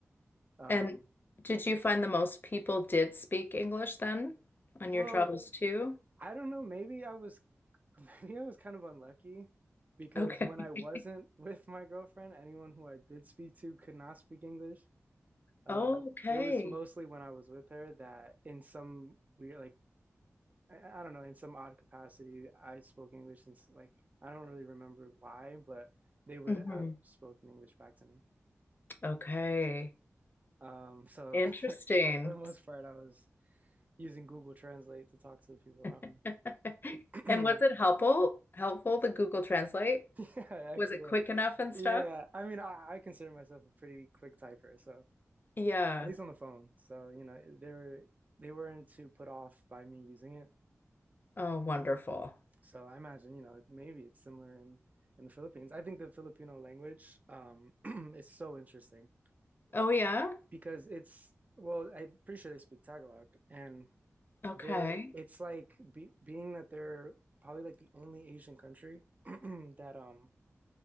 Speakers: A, on the right; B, on the left.
A: Um,
B: And did you find the most people did speak English then on
A: well,
B: your travels too?
A: I don't know, maybe I was <laughs> maybe I was kind of unlucky because
B: Okay.
A: when I wasn't
B: <laughs>
A: with my girlfriend, anyone who I did speak to could not speak English. Um,
B: Okay.
A: it was mostly when I was with her that in some weird, like, I, I don't know, in some odd capacity, I spoke English since, like, I don't really remember why, but they would
B: hmm
A: have spoken English back to me.
B: Okay.
A: Um, so
B: Interesting.
A: <laughs> for the most part, I was using Google Translate to talk to the people around
B: <laughs>
A: me.
B: And was it helpful?
A: <clears throat> <laughs>
B: Helpful, the Google Translate?
A: Yeah, I actually
B: Was it
A: was.
B: quick enough and
A: Yeah,
B: stuff?
A: I mean, I, I consider myself a pretty quick typer, so
B: Yeah.
A: at least on the phone. So, you know, they're they weren't too put off by me using it.
B: Oh, wonderful.
A: So I imagine, you know, like, maybe it's similar in in the Philippines. I think the Filipino language um, <clears throat> is so interesting
B: Oh, yeah.
A: because it's well, I'm pretty sure they speak Tagalog, and
B: Okay.
A: they're it's like be, being that they're probably like the only Asian country <clears throat> that um